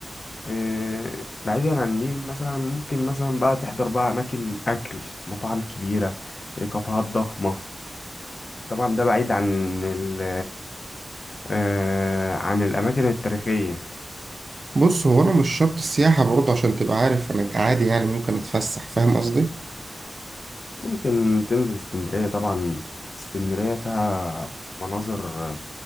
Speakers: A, on the left; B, on the right.
A: آه، بعيدا عن النيل مثلا ممكن مثلا بقى تحضر بقى أماكن أكل مطاعم كبيرة آه، كافيهات ضخمة طبعا ده بعيد عن ال آه، عن الأماكن التاريخية
B: بص هو انا مش شرط السياحه برضو عشان تبقى عارف انا عادي يعني ممكن اتفسح فاهم قصدي
A: ممكن تنزل اسكندرية طبعا اسكندرية فيها مناظر